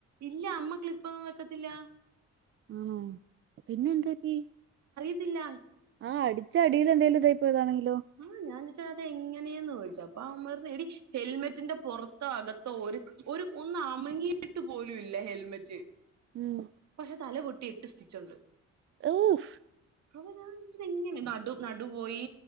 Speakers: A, on the right; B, on the right.
A: ഇല്ല അമ്മ ക്ലിളിപ്പൊന്നും വെക്കത്തില്ല
B: ആണോ പിന്നെ എന്താക്കി
A: ത്തില്ല
B: ആഹ് അടിച്ച അടിയില് എന്തേലും തേ പ്പോതാണെങ്കി
A: ആഹ് ഞാൻ ചോയിച്ച് അതെങ്ങനേന്ന് ചോദിച്ച് അപ്പം അവന്മാര് എടീ ഹെൽമെറ്റിന്റെ പുറത്തോ അകത്തോ ഒരു ഒന്ന അമങ്ങിയിട്ട് പോലും ഇല്ല ഹെൽമെറ്റ്
B: ഉം
A: പക്ഷെ തല പൊട്ടി എട്ട് സ്റ്റിച്ചുണ്ട്
B: ഊഫ്
A: അവനാ എങ്ങനെ ന നടു പോയി